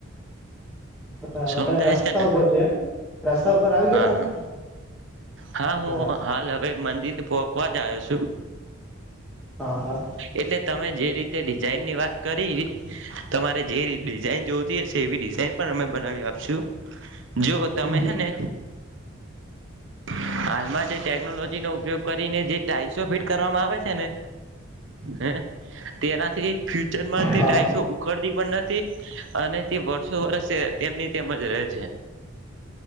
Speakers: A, in the centre; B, on the right (about 65°).
A: બરાબર
B: સમજાય
A: તમે રસ્તા
B: ને
A: ઉપર છે એમ રસ્તા ઉપર આવી
B: હા
A: ગયા તમે
B: હા હા હું
A: બરાબર
B: હાલ હવે મંદિરેકવા જ આવ્યો છું
A: હા હા
B: એટલે તમે જે રીતે તે ડિઝાઇનની વાત કરી તમારે જે ડિઝાઇન જોતી હશે એવી ડિઝાઇન પણ અમે બનાવી આપશું જોઓ તમે
A: હમ, હમ.
B: હે ને <inaudible> હાલમાં જે ટેકનોલોજીનોો ઉપયોગ કરીને જે ટાાઈસો ફિટ કરવામાં આવે છે ને હ તેના ફ્યચરમાં તે
A: હા
B: ટાઈઇસો ઉકડતી પણ નથી અને તે વર્ષો વર્ષ તેમની તેમજ રહે છે